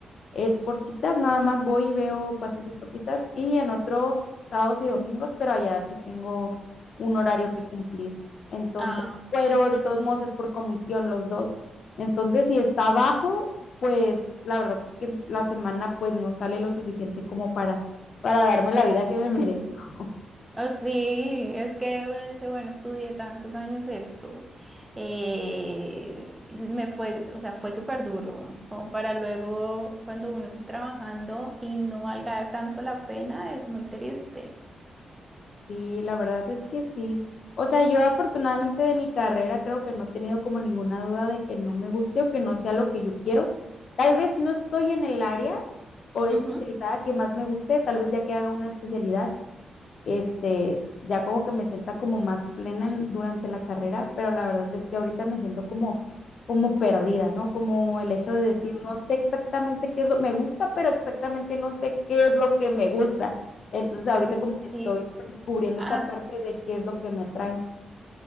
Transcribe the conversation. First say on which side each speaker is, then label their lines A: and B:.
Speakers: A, on the left (about 65°); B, on the right (about 15°).
A: es por citas, nada más voy y veo pacientes por citas y en otro sábados y domingos, pero allá sí tengo un horario que cumplir. Entonces,
B: Ah, ok.
A: pero de todos modos es por comisión los dos. Entonces, si está bajo, pues la verdad es que la semana pues no sale lo suficiente como para, para darme la vida que me merezco.
B: Oh, sí, es que uno dice, bueno, estudié tantos años esto, eh, me fue, o sea, fue súper duro, como para luego cuando uno esté trabajando y no valga tanto la pena, es muy triste.
A: Sí, la verdad es que sí. O sea, yo afortunadamente de mi carrera creo que no he tenido como ninguna duda de que no me guste o que no sea lo que yo quiero. Tal vez no estoy en el área o especializada
B: Ujú.
A: que más me guste, tal vez ya que haga una especialidad este, ya como que me sienta como más plena en- durante la carrera, pero la verdad es que ahorita me siento como, como perdida, ¿no? Como el hecho
B: Ay,
A: de decir,
B: no.
A: no sé exactamente qué es lo que me gusta, pero exactamente no sé qué es lo que me gusta. Entonces ahorita
B: Sí, sí,
A: como que estoy
B: sí.
A: descubriendo
B: Ah,
A: esa parte de qué es lo que me atrae.